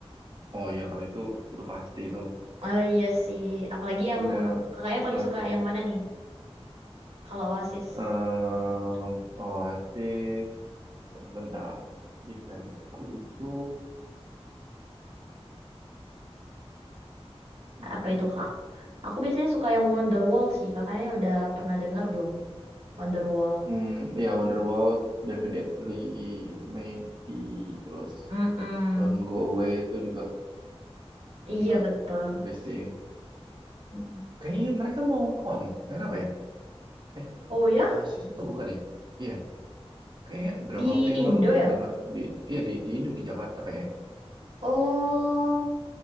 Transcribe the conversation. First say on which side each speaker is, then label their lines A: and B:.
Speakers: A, on the right; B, on the right.
A: oh iya kalau itu udah pasti itu.
B: Oh iya sih, apalagi
A: Itu
B: yang
A: udah
B: kakaknya paling
A: lagu
B: suka yang mana nih? Kalau Oasis,
A: eh Oasis, bentar. Di playlistku itu, mm,
B: apa itu kak? Aku biasanya suka yang Wonderwall sih, kakaknya udah pernah dengar belum? Wonderwall.
A: mm, ya Wonderwall, definitely, maybe, terus
B: Mm-mm.
A: Don't Go Away itu juga, itu
B: Iya
A: juga
B: betul.
A: the best sih.
B: Mm-mm.
A: Kayaknya mereka mau konser apa ya? Eh,
B: Oh ya,
A: Oasis itu bukan ya? Iya, Kayak berapa
B: di
A: waktu yang
B: Indo
A: lalu aku
B: ya?
A: denger di ya di di Indo di Jakarta kayaknya.
B: Oh,